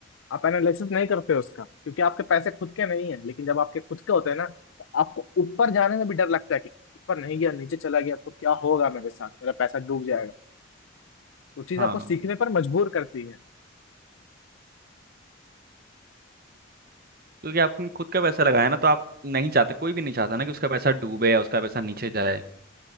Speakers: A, on the left (about 75°); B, on the right (about 45°).
A: आप एनालिसिस नहीं करते हो उसका क्योंकि आपके पैसे खुद के नहीं है लेकिन जब आपके खुद के होते हैं ना तो आपको ऊपर जाने में भी डर लगता है कि ऊपर नहीं गया नीचे चला गया तो क्या होगा मेरे साथ मेरा पैसा डूब जाएगा तो चीज
B: हाँ
A: आपको सीखने पर मजबूर करती है
B: क्योंकि आपने खुद का पैसा लगाया ना तो आप नहीं चाहते कोई भी नहीं चाहता ना कि उसका पैसा डूबे या उसका पैसा नीचे जाए